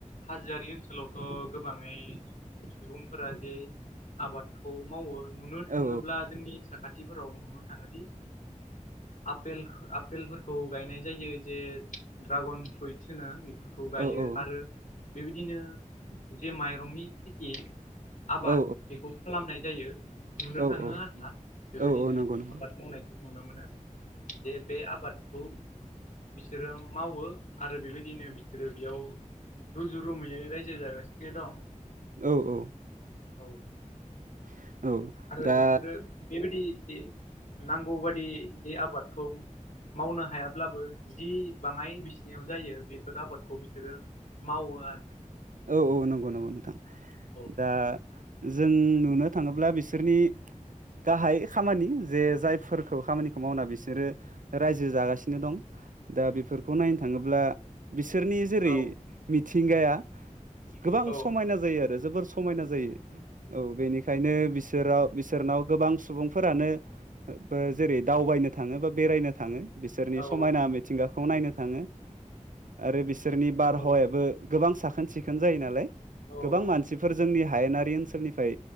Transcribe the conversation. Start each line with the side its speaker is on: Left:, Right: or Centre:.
Left: हाजोआरि ओनसोलावथ गोबाङै सुबुंफोरा जे आबादखौ मावो नुनो थाङोब्ला
Right: औ
Left: जोंनि खाथिफोराव नुनो थाङोदि आपेल आपेलफोरखौ गायनाय जायो जे ड्रागन फ्रुइट्स होनो बेफोरखौ गायो
Right: औ औ।
Left: आरो बेबायदिनो जे माइरंनि खेथि आबाद
Right: औ
Left: बेखौ खालामनाय जायो नुनो
Right: औ
Left: थाङो
Right: औ
Left: आरोना बेबायदिनो
Right: औ औ नंगौ नंगौ
Left: आबाद मावनायखौ नुनो मोनो जे बे आबादखौ बिसोरो मावो आरो बेबायदिनो बिसोरो बेयाव रुजु रुमैयै रायजो जागासिनो दं।
Right: औ औ।
Left: औ।
Right: <inaudible>
Left: आरो
Right: दा
Left: बिसोरो बेबायदि जे नांगौबादि जे आबादखौ मावनो हायाब्लाबो जि बाङाय बिसिनायाव जायो बेफोर आबादखौ बिसोरो। मावो आरो
Right: औ औ नंगौ नंगौ नोंथां
Left: औ
Right: दा जों नुनो थाङोब्ला बिसोरनि गाहाय खामानि जे जायफोरखौ खामानिखौ मावना बिसोरो रायजो जागासिनो दं दा बेफोरखौ नायनो थाङोब्ला बिसोरनि जेरै
Left: औ
Right: मिथिंगाया गोबां
Left: औ
Right: समायना जायो आरो जोबोर समायना जायो औ बेनिखायनो बिसोर बिसोराव बिसोरनाव गोबां सुबुंफोरानो जेरै दावबायनो थाङो बा बेरायनो थाङो बिसोरनि
Left: औ
Right: समायना मिथिंगाखौ नायनो थाङो आरो बिसोरनि बारहावायाबो
Left: औ
Right: गोबां साखोन सिखोन जायो नालाय
Left: औ
Right: गोबां मानसिफोर जोंनि हायेनारि ओनसोलनिफ्राय